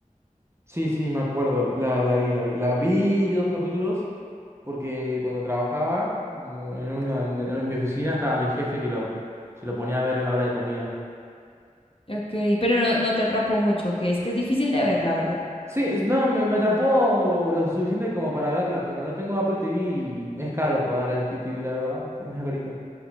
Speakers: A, on the right (about 20°); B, on the left (about 40°).
A: Sí, sí, me acuerdo, la, la, la vi, la vi. La vi dos capítulos porque cuando trabajaba en, un- en una, en mi oficina estaba mi jefe que lo, se lo ponía a ver en la hora de comida.
B: Ok, pero no, no te atrapó mucho, que es que es difícil de ver, la verdad.
A: Sí, es- no, me, me atrapó lo suficiente como para verla, pero no tengo Apple TV y es caro pagar el Apple TV, la verdad. También es carito.